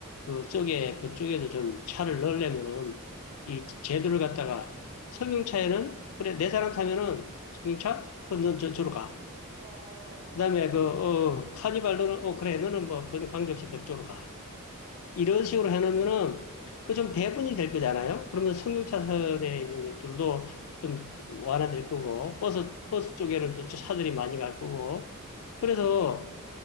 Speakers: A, on the left; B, on the right.
A: 그쪽에, 그쪽에도 좀 차를 넣으려면은, 이 제도를
B: 음.
A: 갖다가, 승용차에는, 그래, 네 사람 타면은, 승용차? 그, 넌 저, 저로 가.
B: 어.
A: 그 다음에 그, 어, 카니발 너는, 어, 그래, 너는 뭐, 그건 관계없이 그쪽으로 가.
B: 어.
A: 이런 식으로 해놓으면은 그 좀 배분이 될 거잖아요. 그러면 승용차선에 있는 것들도 좀 완화될 거고 버스 버스 쪽에는 또 차들이 많이 갈 거고
B: 그렇죠.
A: 그래서